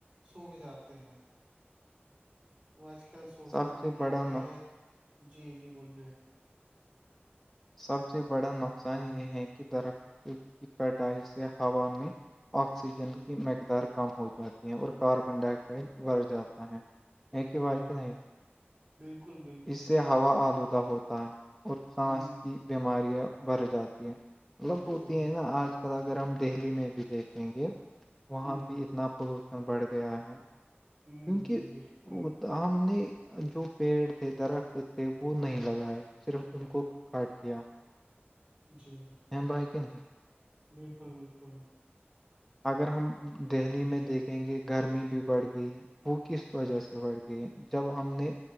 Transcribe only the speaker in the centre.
سب سے
بڑا
نق
سب سے بڑا نقصان یہ ہے کہ درختوں کی کٹائی سے ہوا میں آکسیجن
کی مقدار کم ہو جاتی ہے اور کاربن ڈائی آکسائڈ بڑھ جاتا ہے یہ کہ ب
ہے کہ نہیں
اس سے ہوا آلودہ ہوتا ہے اور سانس
کی بیماریاں بڑھ جاتی ہیں مطلب ہوتی
ہے نا آج کل اگر ہم دہلی میں بھی دیکھیں گے وہاں
بھی اتنا پولوشن بڑھ گیا ہے
کیونکہ
ہم نے جو پیڑ تھے درخت تھے وہ نہیں لگائے صرف ان کو کاٹ کیا
ہمم بائےیکن نہیں ہی
اگر ہم دہلی میں دیکھیں گے گرمی بھی بڑھ گئی ہے وہ کس وجہ سے بڑھ گئی گئی جب ہم نے